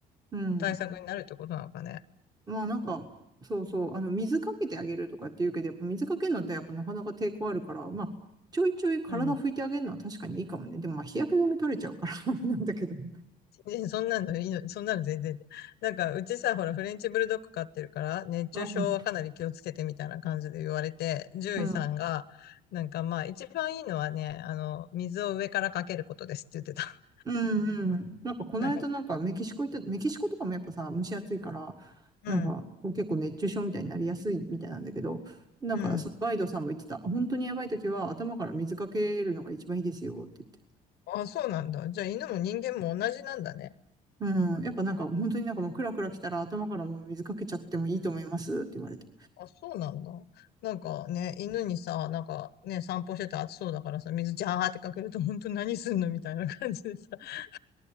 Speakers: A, on the right; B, on the left.
A: うん。
B: 対策になるってことなのかね。
A: まあなんか、そうそう、あの、水かけてあげるとかって言うけど、やっぱ水かけるのってやっぱなかなか抵抗あるから、まあ、ちょいちょい体拭いてあげるのは確かにいいかもね。
B: うん。
A: でもまあ日焼け止め取れちゃうから <laughs> あれなんだけどね。
B: <laughs> 全然そんなのいいの、そんなの全然で。なんか、うちさ、ほら、フレンチブルドッグ飼ってるから、熱中症はかなり気をつけてみたいな感じで言われて、
A: うん。
B: 獣医さんが、
A: うん
B: なんかまあ、一番いいのはね、あの、水を上からかけることですって言ってた。<laughs>
A: うんうん。なんかこの間なんかメキシコ行った、
B: なんか、
A: メキシコとかもやっぱさ、蒸し暑いから、
B: うん、
A: なんかこう結構熱中症みたいになりやすいみたいなんだけど、なんかそのガイドさんも言ってた、
B: うん。
A: 本当にやばい時は頭から水かけるのが一番いいですよって言って。
B: あ、そうなんだ。じゃあ、犬も人間も同じなんだね。
A: うん。やっぱなんか本当になんかもうクラクラ来たら頭からもう水かけちゃってもいいと思いますって言われた。
B: あ、そうなんだ。なんかね、犬にさ、なんかね、散歩してて暑そうだからさ、水ジャーってかけると、本当何すんのみたいな感じでさ、<laughs>